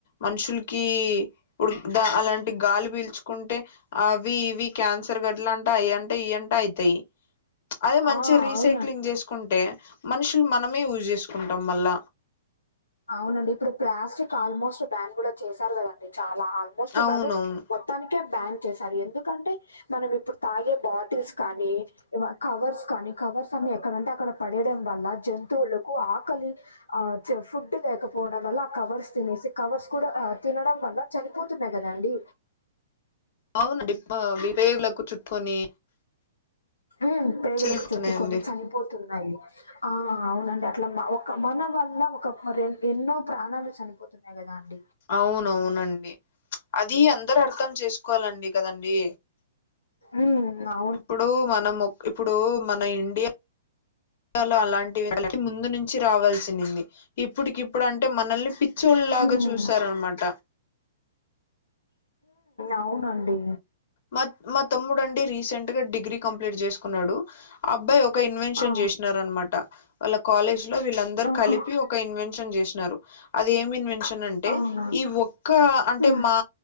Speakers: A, on the left (about 55°); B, on the left (about 80°).
A: మనుషులకి ఉడుక్ దా అలాం టి గాలి పీల్చుకుంటే అవి ఇవి క్యాన్సర్ గడ్లంటా అయంట ఇయంటా అయితాయి అదే మంచిగా
B: ఆ
A: రీసైక్లింగ్
B: అవునండి
A: చేసు కుంటే మనుషులు మనమే యూజ్ చేసుకుంటాం వల్ల
B: అవునండి ఇప్పుడు ప్లాస్టిక్ ఆల్మోస్ట్ బ్యాన్ కూడా చేశారు కదండి చాలా ఆల్మోస్ట్
A: అవునవును
B: కాదు మొ త్తనికే బ్యాన్ చేసారు ఎందుకంటే మనం ఇప్పుడు తాగే బాటిల్స్ కానీ ఇవ కవర్స్ కానీ కవర్స్ అన్ని ఎక్కడంటే అక్కడ పడేయడం వల్ల జంతువులకు ఆకలి ఆ చెఫ్ డ్ లేకపోవడం వల్ల ఆ కవర్స్ తినేసి కవర్స్ కూడా ఆ తినడం వల్ల చనిపోతున్నాయి కదండి
A: అవునండి అవి పేగులకు చుట్టుకొని
B: ఆ పేగులకు
A: చనిపోతున్నాయండి
B: చుట్టుకొని చనిపోతున్నాయి ఆ అవునండి అట్లా మ ఒక మన వల్ల ఒక ఎన్నో ప్రాణాలు చనిపోతున్నాయి కదా అండి
A: అవునవునండి అది అందరు అర్థం చేసుకోవాలండి కదండీ
B: ఉమ్మ్ అ
A: ఇప్పుడు మనం ఇప్పుడు మన ఇండియ లో అలాంటివి ముందు నుంచి రావాల్సినింది ఇప్పుటికి ఇప్పుడు అంటే మనల్ని పి చ్చోళ్ళ లాగా
B: హ్మ్.
A: చూస్తారనమాట
B: అవునండి
A: మా మా తమ్ముడు అండి రీసెంట్‌గా డిగ్రీ కంప్లీట్ చేసుకున్నాడు ఆ అబ్బాయి ఒక ఇన్వెన్షన్
B: ఆ!
A: చేసినారు అనమాట వాళ్ళ కాలేజ్‌లో వీళ్ళందరు
B: ఆహా!
A: కలిపి ఒ క్క ఇన్వెన్షన్ చేసినారు అది ఏమి ఇన్వెన్ష అంటే
B: అవునా!
A: ఈ ఒక్క అంటే
B: హ్మ్.
A: మా